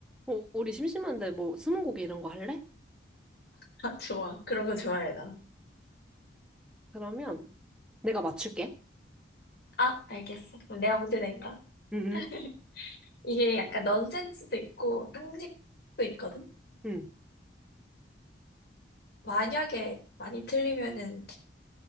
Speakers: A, in the centre; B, on the left.
A: 어, 우리 심심한데 뭐 스무고개 이런 거 할래?
B: 아, 좋아. 그런 거 좋아해, 나.
A: 그러면 내가 맞출게.
B: 아, 알겠어. 그럼 내가 문제 낸다.
A: 응,
B: <laughs>
A: 응,
B: 이게 약간 넌센스도 있고 상식도 있거든?
A: 응.
B: 만약에 많이 틀리면은